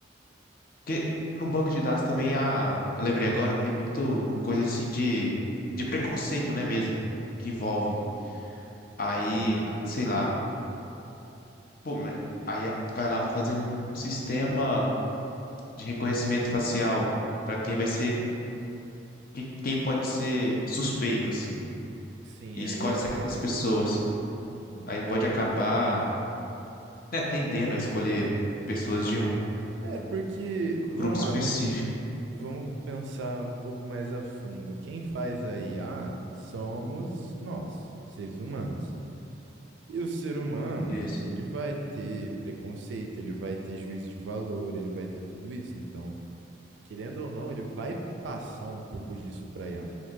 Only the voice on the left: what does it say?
Porque no banco de dados também há, eu lembrei agora que tem muito coisa assim de, de preconceito, né, mesmo, que envolve. Aí,
sei lá, pô, me- aí a- vai lá para fazer um, um sistema de reconhecimento facial para quem vai ser, quem, quem pode ser suspeito, assim,
e
escolhe
certas pessoas.
Aí pode acabar, né, tendendo a escolher pessoas
de um,
um
grupo específico.
Isso.